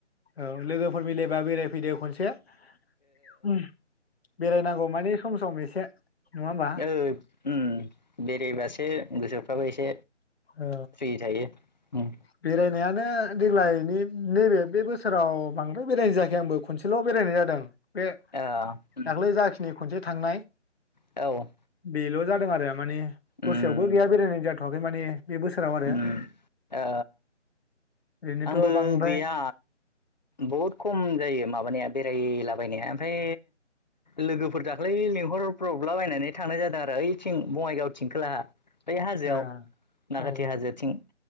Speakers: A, on the left; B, on the left.
A: औ लोगोफोर मिलायबा बेरायफैदो खनसे ओम बेरायनांगौ माने सम सम एसे नङा होमबा
B: औ ओम बेरायबासो गोसोफ्राबो एसे
A: औ
B: फ्रि थायो उम
A: बेरायनायानो देग्लाय नैबे बे बोसोराव बांद्राय बेरायनाय जायाखै आंबो खनसेल' बेरायनाय जादों । बे
B: ओ उम
A: दाख्लै जाखिनि खनसे थांनाय
B: औ
A: बेल' जादों आरो माने
B: उम
A: दसेयावबो गैया बेरायनाय जाथ थाबै माने बे बोसोराव आरो
B: उम ओ
A: ओरैनोथ'
B: आंबो
A: बांद्राय
B: गैया बहुद खम जायो माबानाया बेरायला बायनाया ओमफ्राय लोगोफोर दाख्लै लेंंहरब्रबला बायनानै थांनाय जादों आरो ओइथिं बङाइगाव थिं खोलाहा बेै हाजोआव
A: ओ
B: नाखाथि
A: औ औ
B: हाजोथिं